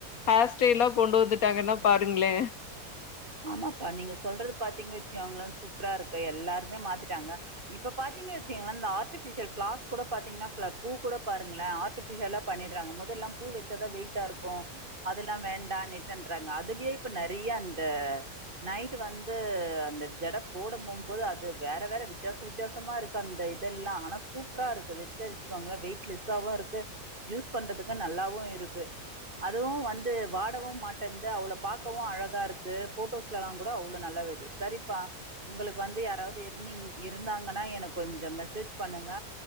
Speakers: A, on the left; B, on the right.
A: ஹேர் ஸ்டைல்லா கொண்டு வந்துட்டாங்கன்னா பாருங்ளே <inaudible>
B: ஆமாப்பா நீங்க சொல்றது பாத்தீங்க வச்சிகோங்களே சூப்பரா இருக்கு எல்லாருமே மாத்திட்டாங்க இப்ப பாத்தீங் க வச்சுகங்ளே இந்த ஆர்டிபீஷியல் பிளார்ஸ் கூட பாத்தீங்கன்னா ப்ள பூ கூட பாருங்களே ஆர்டிபீஸியல்லா பண்ணிட்றாங்க முதல் ல பூ வச்சாதா வெயிட்டா இருக்கு அதல்லா வேண்டா <unintelligible> ன்றாங்க அதுலயே இப்ப நெறைய அந்த நைட்டு வந்து அந்த ஜட போட மோம்போது அது வேற வேற வித்தியாச வித்தியாசம்மா இருக்கா அந்த இதெல்லா ஆனா சூப்பராருக்கு வெச்சன்னு வெச்சுக்கோங்ல வெயிட் லெஸ்சாவு இருக்கு யூஸ் பண்றதுக்கு நல் லாவு இருக்கு அதுவு வந்து வாடவு மாட்டேந்து அவள பாக்கவு அழகாருக்கு போட்டோஸ்லல்லா கூட அவ்ளோ நல்லா விழ்து சரிப்பா உங்களுக்கு வந்து யாராவ்து இருந்திங் இருந்தாங்கன்னா எனக் கொஞ்சோ மெசேஜ் பண்ணுங்க